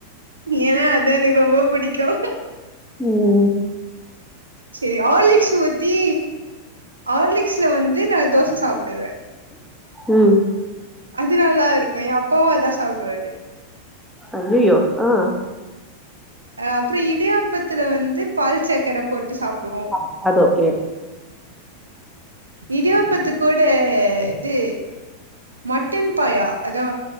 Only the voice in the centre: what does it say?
ம் ம்
ம்
அய்யயோ ஆ
ஆ அது ஒகே